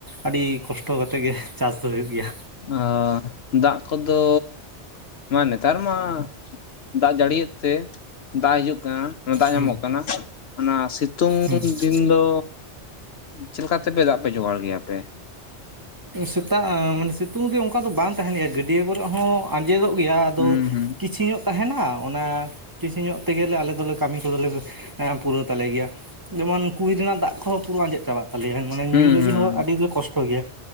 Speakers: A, on the right (about 20°); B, on the left (about 65°).
A: ᱟᱹᱰᱤ ᱠᱚᱥᱴᱚ ᱠᱟᱛᱮᱫ ᱜᱮ ᱪᱟᱥ ᱫᱚ ᱦᱩᱭᱩᱜ ᱜᱮᱭᱟ
B: ᱚ ᱫᱟᱜ ᱠᱚᱫᱚ ᱢᱟᱱᱮ ᱱᱮᱛᱟᱨ ᱢᱟ ᱫᱟᱜ ᱡᱟᱹᱲᱤᱭᱮᱫ ᱛᱮ ᱫᱟᱜ ᱦᱤᱡᱩᱜ ᱠᱟᱱᱟ ᱫᱟᱜ ᱧᱟᱢᱚᱜ
A: ᱦᱩᱸ
B: ᱠᱟᱱᱟ ᱚᱱᱟ ᱥᱤᱛᱩᱝ
A: ᱦᱩᱸ
B: ᱫᱤᱱ ᱤᱧ <unintelligible> ᱫᱚ ᱪᱮᱫ ᱞᱮᱠᱟᱛᱮᱯᱮ ᱫᱟᱜ ᱯᱮ ᱡᱚᱜᱟᱲ ᱜᱮᱭᱟ ᱯᱮ
A: ᱥᱮᱛᱟᱜ ᱢᱟᱱᱮ ᱥᱤᱛᱩᱝ ᱫᱤᱱ ᱚᱱᱠᱟ ᱫᱚ ᱵᱟᱝ ᱛᱟᱦᱮᱸᱱ ᱜᱮᱭᱟ ᱜᱟᱹᱰᱭᱟᱹ ᱠᱚᱨᱮᱜ ᱦᱚᱸ ᱟᱸᱡᱮᱫᱚᱜ ᱜᱮᱭᱟ ᱟᱫᱚ
B: ᱦᱩᱸ ᱦᱩᱸ
A: ᱠᱤᱪᱷᱤ ᱧᱚᱜ ᱛᱟᱦᱮᱸᱱᱟ ᱚᱱᱟ ᱴᱤᱥᱤ ᱧᱚᱜ ᱛᱮᱜᱮᱞᱮ ᱟᱞᱮ ᱫᱚᱞᱮ ᱠᱟᱹᱢᱤ ᱠᱚᱫᱚᱞᱮ ᱯᱩᱨᱟᱹᱣ ᱛᱟᱞᱮ ᱜᱮᱭᱟ ᱡᱮᱢᱚᱱ ᱠᱩᱧ ᱨᱮᱱᱟᱜ ᱫᱟᱜ ᱠᱚᱦᱚᱸ ᱯᱩᱨᱟᱹ ᱟᱸᱡᱮᱫ ᱪᱟᱵᱟᱜ ᱛᱟᱞᱮᱭᱟ ᱢᱟᱱᱮ
B: ᱦᱩᱸ
A: ᱧᱩ ᱞᱟᱹᱜᱤᱫ
B: ᱦᱩᱸ
A: ᱦᱚᱸ ᱟᱹᱰᱤᱞᱮ ᱠᱚᱥᱴᱚ ᱜᱮᱭᱟ